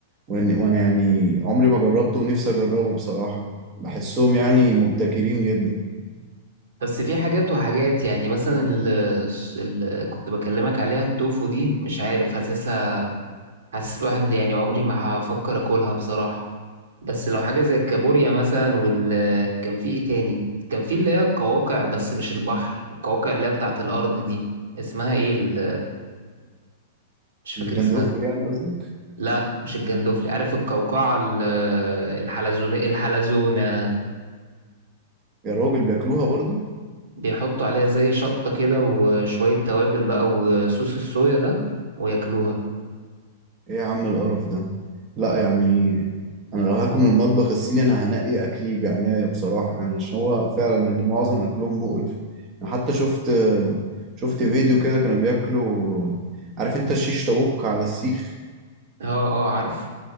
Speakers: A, on the right (about 35°); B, on the right (about 90°).
A: وإن- وانا يعني عمري ما جربته ونفسي اجربه بصراحة بحسهم يعني مبتكرين جدا
B: بس في حاجات وحاجات يعني مثلا ال ال كنت بكلمك عليها التوفو دي مش عارف حاسسها حاسس الواحد يعني عمري ما هفكر اكلها بصراحة بس لو حاجة زي الكابوريا مثلا وال كان في ايه تاني كان في اللي هي القواقع بس مش البحر القواقع اللي هي بتاعة الأرض دي اسمها ايه ال... مش فاكر
A: الجندوفلي
B: اسمها
A: يعني قصدك
B: لا مش الجندوفلي عارف القوقعة ال- الحلزون الحلزونة
A: يا راجل بياكلوها برضو
B: بيحطوا عليها زي شطة كده وشوية توابل بقى وصوص الصويا ده وياكلوها
A: ايه يا عم القرف ده لا يعني انا لو هاكل من المطبخ الصيني انا هنقي اكلي بعناية بصراحة يعني عشان هو فعلا يعني معظم اكلهم مقرف انا حتى شفت شفت فيديو كده كانوا بياكلوا عارف انت الشيش طاووق على السيخ
B: اه اه عارفه